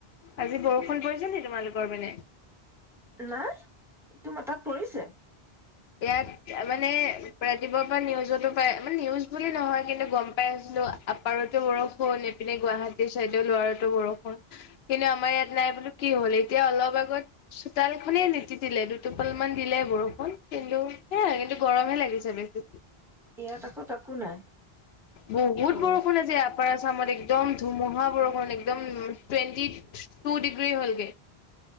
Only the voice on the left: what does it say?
আজি বৰষুণ পৰিছে নেকি তোমালোকৰ ফালে?
ইয়াত মানে, ৰাতিপুৱাৰ পৰা নিউজতো পাই মানে নিউজ বুলি নহয় কিন্তু গম পাই আছিলো আপাৰতো বৰষুণ এইফালে গুৱাহাটীৰ চাইডে লোৱাৰতো বৰষুণ। কিন্তু আমাৰ ইয়াত নাই বোলো কি হ'ল এতিয়া অলপ আগত চোতাল খনেই নিতিকিলে দুটোপাল মান দিলে বৰষুণ। কিন্তু, সেই কিন্তু গৰমহে লাগিছে বেছি।
বহুত
বৰষুণ আজি আপাৰ আছামত। একদম ধুমুহা বৰষুণ একদম টুৱেণ্টি টু ডিগ্ৰী হ'লগৈ।